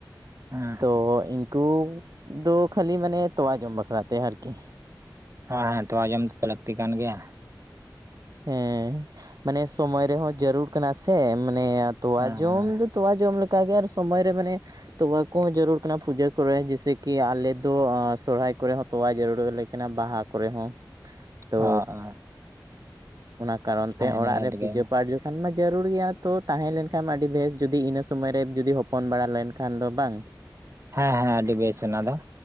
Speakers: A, on the right (about 40°); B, on the right (about 55°).
A: ᱦᱮᱸ᱾
B: ᱛᱚ ᱤᱱᱠᱩ ᱫᱚ ᱠᱷᱟᱹᱞᱤ ᱢᱟᱱᱮ ᱛᱚᱣᱟ ᱡᱚᱢ ᱵᱟᱠᱷᱨᱟ ᱛᱮ ᱟᱨᱠᱤ᱾
A: ᱦᱮᱸ ᱦᱮᱸ ᱛᱚᱣᱟ ᱡᱸᱚᱢ ᱫᱚ ᱞᱟᱹᱠᱛᱤ ᱠᱟᱱ ᱜᱮᱭᱟ᱾
B: ᱦᱮᱸ, ᱢᱟᱱᱮ ᱥᱚᱢᱚᱭ ᱨᱮᱦᱚᱸ ᱡᱟᱹᱨᱩᱲ ᱠᱟᱱᱟ ᱥᱮ ᱢᱟᱱᱮ ᱛᱚᱣᱟ
A: ᱦᱮᱸ
B: ᱡᱚᱢ
A: ᱦᱮᱸ
B: ᱫᱚ ᱛᱚᱣᱟ ᱡᱚᱢ ᱞᱮᱠᱟ ᱜᱮ ᱟᱨ ᱥᱚᱢᱚᱭ ᱨᱮ ᱢᱟᱱᱮᱼᱼ ᱛᱚᱣᱟ ᱠᱚᱦᱚᱸ ᱡᱟᱹᱨᱩᱲ ᱠᱟᱱᱟ ᱯᱩᱡᱟᱹ ᱠᱚᱨᱮ ᱡᱮᱭᱥᱮ ᱠᱤ ᱟᱞᱮ ᱫᱚ ᱥᱚᱨᱦᱟᱭ ᱠᱚᱨᱮ ᱦᱚᱸ᱾ ᱛᱚᱣᱟ ᱡᱟᱹᱨᱩᱲᱟᱞᱮ ᱠᱟᱱᱟ ᱵᱟᱦᱟ ᱠᱚᱨᱮ ᱦᱚᱸ᱾ ᱛᱚ
A: ᱚ ᱚᱸ᱾
B: ᱚᱱᱟ ᱠᱟᱨᱚᱱ ᱛᱮ
A: ᱱᱤᱦᱟᱹᱛ
B: ᱚᱲᱟᱜ ᱨᱮ
A: ᱜᱮ
B: ᱯᱩᱡᱟᱹ ᱯᱟᱴ ᱡᱚᱠᱷ ᱠᱷᱟᱱ ᱢᱟ ᱡᱟᱹᱨᱩᱲ ᱜᱮᱭᱟ ᱛᱚ ᱛᱟᱦᱮᱸᱞᱱᱠᱷᱟᱱ ᱢᱟ ᱟᱹᱰᱤ ᱵᱮᱥ, ᱡᱩᱫᱤ ᱤᱱᱟᱹ ᱥᱚᱢᱚᱭ ᱨᱮ ᱡᱩᱫᱤ ᱦᱚᱯᱚᱱ ᱵᱟᱲᱟ ᱞᱮᱱᱠᱷᱟᱱ ᱫᱚ ᱵᱟᱝ?
A: ᱦᱮᱸ ᱦᱮᱸ ᱟᱹᱰᱤ ᱵᱮᱥ ᱚᱱᱟ ᱫᱚ,